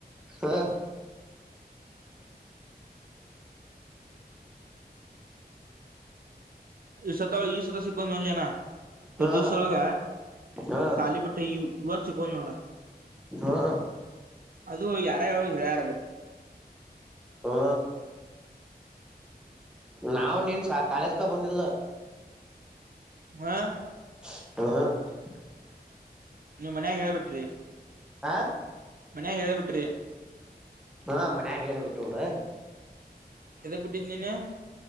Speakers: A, in the centre; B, on the right.
A: ಹಾ
B: ಈ ಸತ ಈ ಸತ ಸಿಕ್ಕಂದ್ ಒಲ್ಜೇನಾ <unintelligible>
A: ಹಾ
B: ದಿವಸ ಹೊಳಗ
A: ಹಾ
B: ಶಾಲ ಬಟ್ಟೆ ಇವತ್ ಸಿಕ್ಕಲ್ ನೋಡ
A: ಹಾ
B: ಅದು ಯಾರ ಹೇಳ ಯಾರಲ್ಲ
A: ಹಾ ನಾವ ನೀನ್ ಸಾ ಕಾಳೇಜ್ಕ ಬಂದಿಲ್ಲ
B: ಆ
A: <unintelligible>
B: ನೀವ್ ಮನ್ಯಾಗ ಹೇಳಳ್ಬಟ್ರಿ
A: ಆ
B: ಮನ್ಯಾಗ ಹೇಳೇ ಬಿಟ್ರಿ
A: ಹಾ ಮನ್ಯಾಗ ಹೇಳ್ಬಿಟ್ಟು ಬುಡು
B: ಎದಕ್ ಬಿಟ್ಟಿ ನೀನು